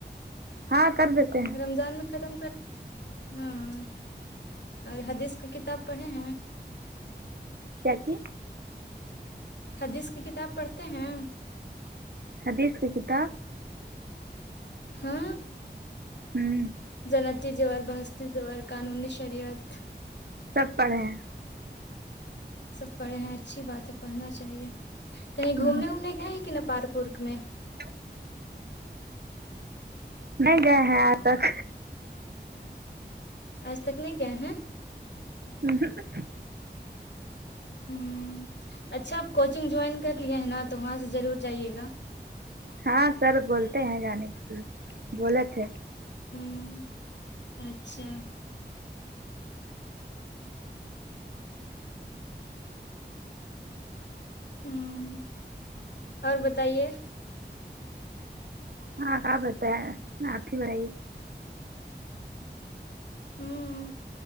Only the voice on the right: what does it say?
ہاں کر
دیتے ہیں
کیا چی
حدیث کی کتاب
ہمم
سب پڑھے ہیں
ہوں
لو نہیں گئے ہیں آج تک
آمم ہمم
ہاں سر بولتے ہیں جانے کے لیے بولے تھے
ہاں کیا بتائے آپ ہی بھائی